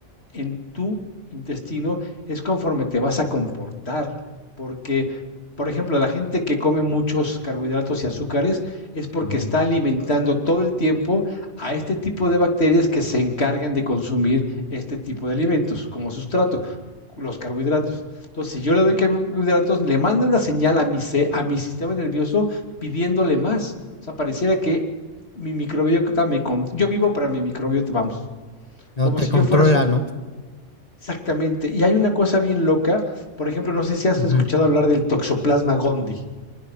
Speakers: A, on the left; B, on the left.
A: en tu intestino es conforme te vas a comportar, porque, por ejemplo, la gente que come muchos carbohidratos y azúcares es porque
B: Ujú.
A: está alimentando todo el tiempo a este tipo de bacterias que se encargan de consumir este tipo de alimentos como sustrato los carbohidratos. Entonces, si yo le doy carbohidratos, le mando una señal a mi, a mi sistema nervioso pidiéndole más. O sea, pareciera que mi microbiota me... Con yo vivo para mi microbiota, vamos.
B: No
A: Como
B: te
A: si
B: controla,
A: yo fuera su,
B: ¿no?
A: Exactamente. Y hay una cosa bien loca. Por ejemplo, no sé si has
B: Ujú.
A: escuchado hablar del Toxoplasma gondii,